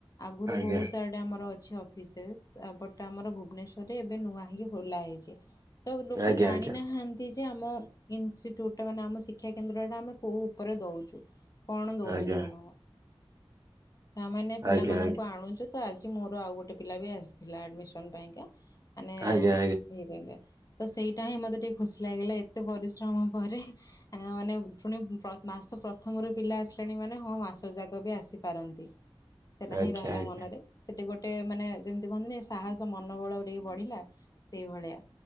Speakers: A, on the left; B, on the right.
A: ଆଗରୁ
B: ଆଜ୍ଞା
A: ବହୁତୁ ଆ ଆମର ଅଛି ଅଫିସ୍ ସେଶ୍ ତା ପର ଟା ଆମର ଭୁବନେଶ୍ୱରରେ ଏବେ ନୂଆ ହେଇକି ଖୋଲା ହେଇଛି। ତ ଲୋକ
B: ଆଜ୍ଞା
A: ଜାଣିନାହା
B: ଆଜ୍ଞା
A: ନ୍ତି ଯେ ଆମ ଇନଷ୍ଟିଟ୍ୟୁଟା ମାନେ ଆମ ଶିକ୍ଷା କେନ୍ଦ୍ରଟା ଆମେ କୋଉ ଉପରେ ଦଉଚୁ? କଣ ଦଉଛୁ
B: ଆଜ୍ଞା
A: ସେମାନଙ୍କୁ? ତାମାନେ ପିଲାମାନଙ୍କୁ
B: ଆଜ୍ଞା
A: ଆଣୁଛୁ ତ ଆଜି ମୋର ଆଉ ଗୋଟେ ପିଲା ବି ଆସିଥିଲା ଆଡମିସନ୍ ପାଇଁକା। ମାନେ ଏଥିପାଇଁ
B: ଆଜ୍ଞା
A: କା ତ ସେଇଟା ହିଁ ମତେ ଟିକେ ଖୁସି ଲାଗିଲା ଏତେ ପରିଶ୍ରମ ପରେ। ଆ ମାନେ ପୁଣିପ୍ର-ମାସ ପ୍ରଥମରୁ ପିଲା ଆସିଲାଣି ମାନେ ହଁ ମାସ ଯାକ ବି ଆସିପାରନ୍ତି? ସେଇଟା
B: ଆଜ୍ଞା
A: ହିଁ ରହିଲା
B: ଆଜ୍ଞା।
A: ମନରେ ସେଠି ଗୋଟେ ମାନେ ଯେମତି ଯୋଉ କହନ୍ତିନି ସାହସ ମନୋବଳ ଟିକେ ବଢିଲା ସେଇଭଳିଆ।